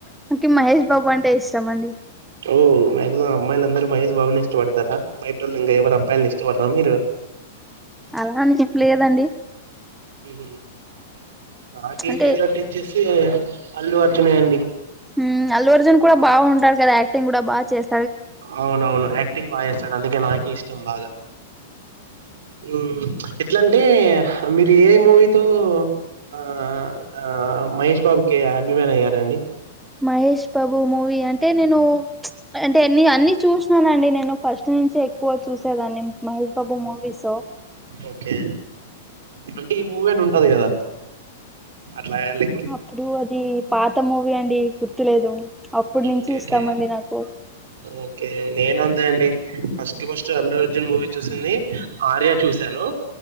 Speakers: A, in the centre; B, on the right.
A: మనకి మహేష్ బాబు అంటే ఇష్టం అండి
B: ఓ మాక్సిమం అమ్మాయిల అందర మహేష్ బాబుని ఇష్టపడతారా బయట వొళ్ళు ఇంకా ఎవరు అబ్బాయిని ఇష్టపడరా మీరు
A: అలా అని చెప్పులేదండి
B: హు హామ్ నాకి
A: అంటే
B: ఫేవరెట్ వచ్చసి అల్లు అర్జునే అండి
A: ఉం అల్లు అర్జున్ కూడా బాగుంటాడు కదా యాక్టింగ్ కూడా బా చేస్త
B: అవునవును యాక్టింగ్ బాగా చేస్తాడు అందుకే నాక ఇష్టం బాగా ఉం ఎట్లాంటే మీరు ఏ మూవీతో ఆ ఆ మహేష్ బాబుకి అభిమాని అయ్యారండి
A: మహేష్ బాబు మూవీ అంటే నేను చ్ అంటేన్ని అన్ని చూసిననండి నేను ఫస్ట్ నుంచి ఎక్కువ చూసేదాన్ని మహేష్ బాబు మూవీస్
B: ఓకే అంటే ఈ మూవీ అని ఉంటది కదా అట్లాలి
A: అప్పుడు అది పాత మూవీ అండి గుర్తులేదు అప్పుడు నుంచి
B: ఓకే
A: ఇస్తామండి
B: ఓకే
A: నాకు
B: ఓకే నేను అంతే అండి first first Allu Arjun movie చూసింది ఆర్య చూశాను